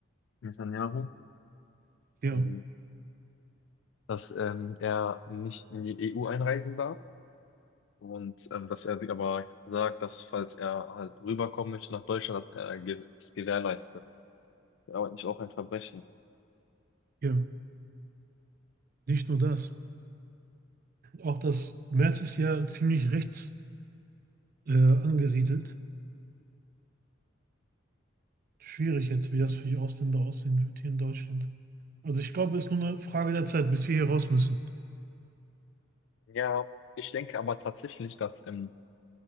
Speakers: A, on the left; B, on the right.
A: Netanyahu,
B: Ja,
A: ähm, dass ähm, er nicht in die EU einreisen darf. Und ähm, dass er sich aber sagt, dass falls er halt rüberkommen möchte nach Deutschland, dass er ge- es gewährleistet. Aber nicht auch ein Verbrechen.
B: ja. Nicht nur das. Auch das März ist ja ziemlich rechts äh, angesiedelt. Schwierig jetzt, wie das für die Ausländer aussehen wird hier in Deutschland. Also ich glaube, es ist nur eine Frage der Zeit, bis wir hier raus müssen.
A: Ja, ich denke aber tatsächlich, dass ähm,